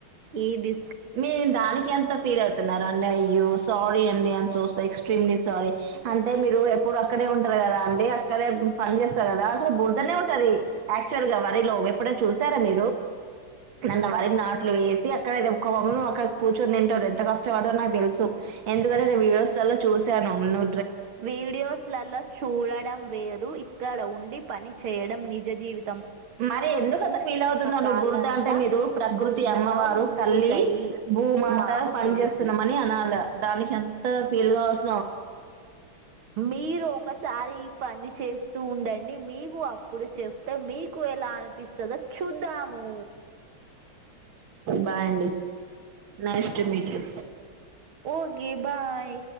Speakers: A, on the right; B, on the right.
A: ఏది
B: మీరు దానికి ఎంత ఫీల్ అవుతున్నరా అండి అయ్ అయ్యో సారీ అండి అని సో ఎక్స్ట్రీమ్లీ సారీ అంటే మీరు ఎప్పుడు అక్కడే ఉంటారు కదా అండి అక్కడే పని చేస్తార్ గదా అక్కడ బురదనే ఉంటది యాక్చువల్గా వరిలో ఎప్పుడన్న చూసారా మీరు నన్న వరి నాట్లు వేసి అక్కడే ఒక వమ్ము అక్కడ కూర్చొని తింటార్ ఎంత కష్టపడతరో నాకు తెలుసు ఎందుకంటే నేను వీడియోస్లల్ల చూశాను ను
A: వీడియోస్లలో చూడడం వేరు ఇప్ ఇక్కడ ఉండి పని చేయడం నిజ జీవి
B: మరి ఎందుకంత ఫీల్ అవుతున్నావ్
A: కాళ్ళంతా
B: నువ్వు బురద అంటే మీరు ప్రకృతి
A: బురదలో
B: అమ్మవారు
A: మునుగుతాయి
B: తల్లి భూమాత
A: మాకు
B: పని
A: తెలుసు
B: చేేస్తున్నామని అనాల దానికి అంత ఫీల్ గావల్
A: మీరు ఒకసారి ఈ పని చేస్తూ ఉండ డీ మీకు అప్పుడు చెప్తే మీకు ఎలా అనిపిస్తదో చూద్దాము
B: బాయ్ అండి nice to meet you
A: okay bye